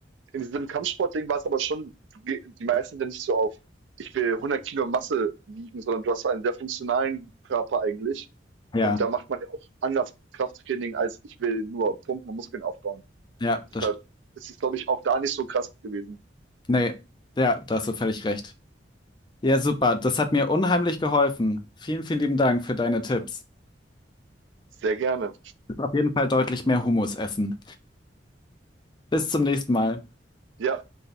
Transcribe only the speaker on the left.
ja,
ja,
das,
nee, ja, da hast du völlig recht. Ja, super, das hat mir unheimlich geholfen. Vielen, vielen lieben Dank für deine Tipps.
auf jeden Fall deutlich mehr Hummus essen. Bis zum nächsten Mal.